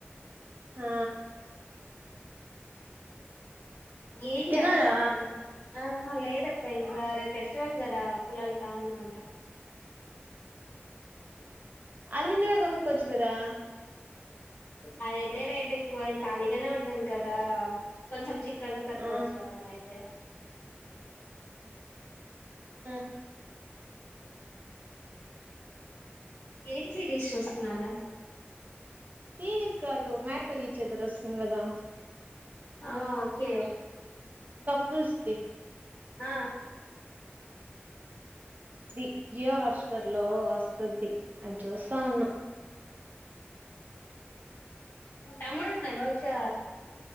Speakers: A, on the right; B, on the left.
A: ఆ
B: ఏం
A: తిన్నారా
B: చేస్తన్నారు ఆ హా లేదక్క ఇంకా రే ఫెస్టివల్ కదా పూలలుతా ఉన్నాంట
A: అల్లినవే కొన్నుకోవచ్చి గదా
B: అదయితే రేట్ ఎక్కువ ఇంక ఖాళీగానే ఉంటున్నాం కదా కొంచెం చి చిక్కగా కట్టుకోవచ్చు
A: ఆ
B: కదా మన అయితే
A: ఆ
B: ఏం సిరీస్ చూస్తున్నారు
A: సిరీస్ కాదు మ్యాడ్ ఫర్ ఈచ్ అథర్ వస్తుంది కదా
B: ఆ ఓకే
A: పుల్స్ది
B: ఆ
A: ఇది జియో హార్స్టర్ లో వస్తుంది అది చూస్తా ఉన్నా
B: తమ్ముడు ఉన్నాడా ఇకా